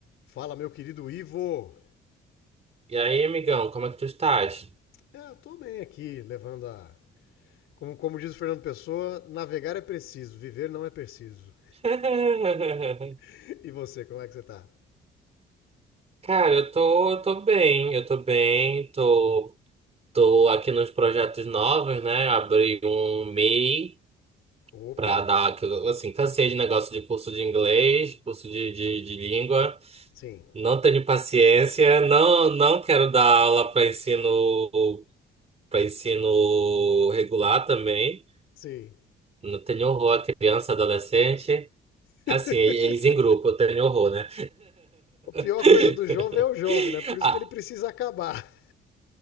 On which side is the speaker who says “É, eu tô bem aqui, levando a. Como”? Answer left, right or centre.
Left